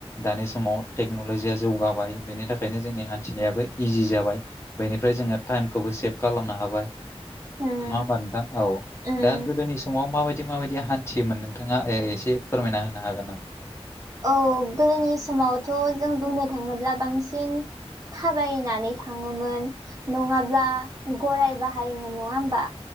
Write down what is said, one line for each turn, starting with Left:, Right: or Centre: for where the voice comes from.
Left: दानि समाव टेक्न'ल'जिया जौगाबाय बेनि था बेखायनो जोंनि हान्थिनायाबो इजि जाबाय बेनिफ्राय जोङो टाइमखौबो सेभ खालामनो हाबाय नङा
Right: उम
Left: होमबा नोंथां औ
Right: उम
Left: दा गोदोनि समाव माबायदि माबायदि हान्थियोमोन नोंथाङा ओ एसे फोरमायना होनो हागोन नामा?
Right: औ गोदोनि समावथ' जों बुंनो थाङोब्ला बांसिन थाबायनानै थाङोमोन नङाब्ला गराय बाहायोमोन नङा होमबा?